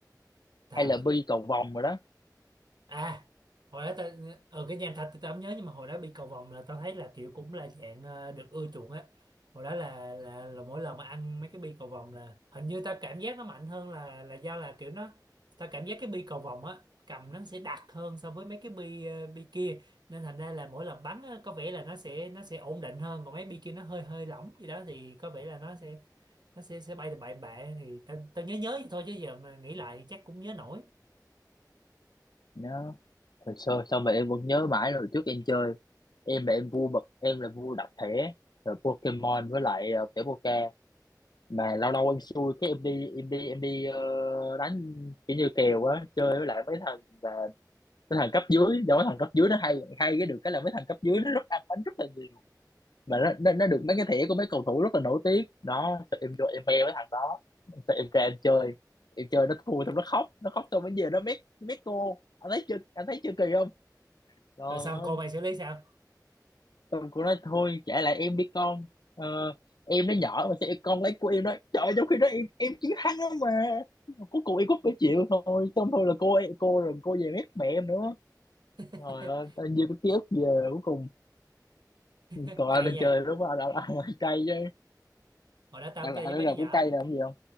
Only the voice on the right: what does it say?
Tào
à hồi đó tao ở cái nhà thạch thì tao không nhớ nhưng mà hồi đó bị cầu vồng là tao thấy là kiểu cũng là dạng ờ, được ưa chuộng á hồi đó là là là mỗi lần mà ăn mấy cái bi cầu vồng là hình như tao cảm giác nó mạnh hơn là là do là kiểu nó tao cảm giác cái bi cầu vồng á cầm nó sẽ đặc hơn so với mấy cái bi ờ, bi kia nên thành ra là mỗi lần bắn á, có vẻ là nó sẽ nó sẽ ổn định hơn còn mấy bi kia nó hơi hơi lỏng gì đó thì có vẻ là nó sẽ nó sẽ sẽ bay từ bậy bạ thì tao tao nhớ nhớ vậy thôi chứ giờ mà nghĩ lại chắc cũng nhớ nổi
rồi xong
cô mày xử lý sao
<laughs>
cay
nha
hồi đó tao
không
chơi
với mấy
đứa nhỏ